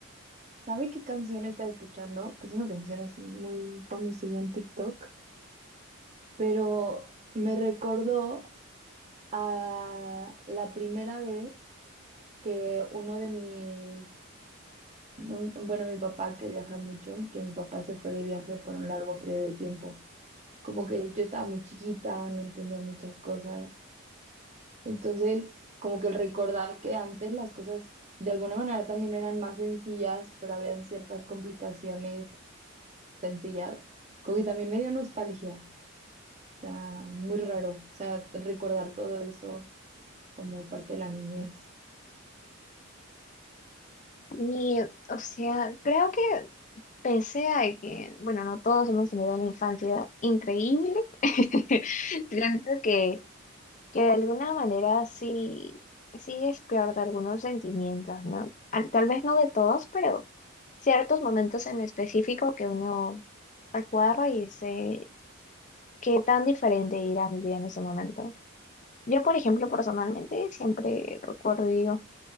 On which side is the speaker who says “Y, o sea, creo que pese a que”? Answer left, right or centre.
Left